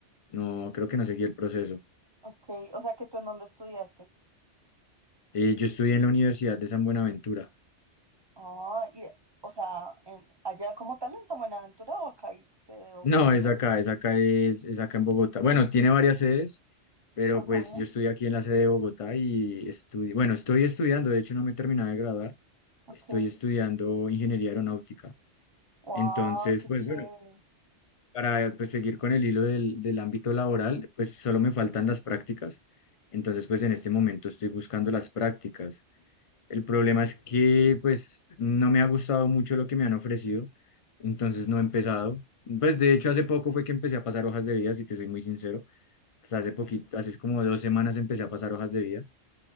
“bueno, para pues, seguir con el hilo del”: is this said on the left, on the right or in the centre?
Left